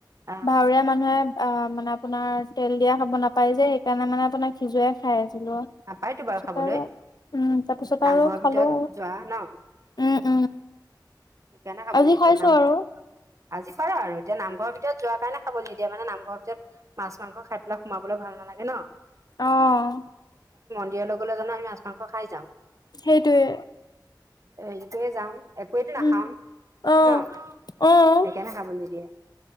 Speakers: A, on the right; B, on the left.
A: অ
B: ভাৱৰীয়া মানুহে আ মানে আপোনাৰ তেল দিয়া খাব নাপাই যে সেইকাৰণে মানে আপোনাৰ সিজুৱাই খাই । হে লোৱা
A: নাপায়তো
B: তাৰপিছত
A: বাৰু খাবলৈ
B: আৰু উম তাৰপিছত
A: নামঘৰৰ
B: আৰু খালো
A: ভিতৰত যোৱা ন
B: উম। উম
A: সেইকাৰণে খাবলৈ
B: আজি
A: নিদিয়ে
B: খাইছো
A: নাম
B: আৰু।
A: আজি পাৰ আৰু এতিয়া নামঘৰৰ ভিতৰত যোৱাৰ কাৰণে খাব নিদিয়ে মানে নামঘৰ ভিতৰত মাছ মাংস খাই পেলাই সোমাবলে ভাল নালাগে ন।
B: অহ
A: ইয়াৰ লগলে জানো আমি মাছ মাংস খাই যাওঁ।
B: সেইটোৱে।
A: এৰি থৈ যাওঁ এ। নাখাওঁ
B: উম,
A: ন,
B: অ',
A: সেইকাৰণে
B: অ',
A: খাব নিদিয়ে।